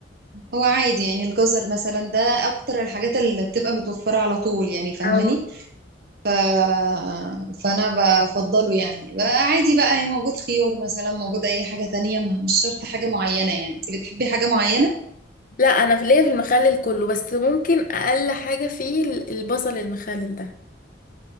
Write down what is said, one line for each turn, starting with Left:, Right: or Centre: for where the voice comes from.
Right: هو عادي يعني الجزر مثلا ده أكتر الحاجات اللي بتبقى متوفرة على طول يعني فاهماني
Left: او
Right: آه، فأنا بفضله يعني بقى عادي بقى يعني موجود خيار مثلا موجود أي حاجة تانية ما- مش شرط حاجة معينة يعني انت بتحبي حاجة معينة؟
Left: لا انا في ليا في المخلل كله بس ممكن اقل حاجة فيه ال- البصل المخلل ده